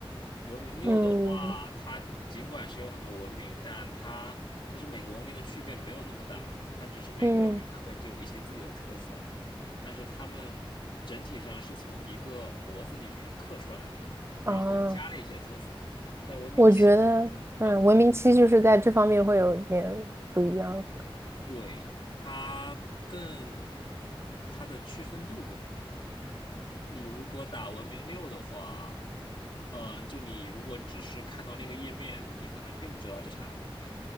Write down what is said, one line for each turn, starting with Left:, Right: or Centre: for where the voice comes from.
Left: 文明六的话，
Right: 嗯
Left: 它尽管是有很多文明，但它其实每个文明的区别没有那么大，它只是每个文明它会就有一些自己的特色，
Right: 嗯
Left: 但是它们整体上是从一个模子里面刻出来的，然后加了一些特色。
Right: 啊，
Left: 但文明七，
Right: 我觉得嗯，
Left: 嗯
Right: 文明七就是在这方面会有点不一样。
Left: 对，它更，它的区分度更高。你如果打文明六的话，嗯、就你如果只是看到那个页面，你可能并不知道这是哪个国家。